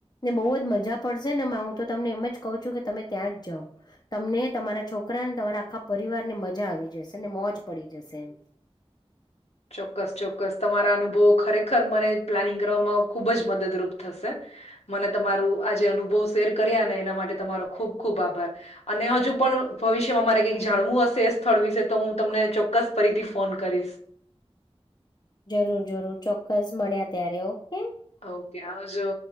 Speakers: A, on the left; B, on the left.
A: ને બહુ જ મજા પડશે ને હું તો તમને એમ જ કહ છું કે તમે ત્યાં જ જાાવ તમને તમારા છોકરાને તમારા આખા પરિવારને મજા આવી જશે ને મોજ પડી જશે એમ
B: ચોક્કસ ચોક્કસ તમારા અનુભવો ખરેખર મને પ્લાનિંગ કરવામાં ખુબ જ મદદરૂપ થશે મને તમારું આજ અનુભવ શેર કર્યા ને એના માટે તમારો ખુબ ખુબ આભાર અને હજુ પણ ભવિષ્યમાં મારે કઈક જાણવું હશે એ સ્થળ વિશે તો હું તમને ચોક્કસ ફરીથી ફોન કરીશ
A: જરૂર જરૂર ચોક્કસ મળ્યા ત્યારે ઓકે
B: ઓકે આવજો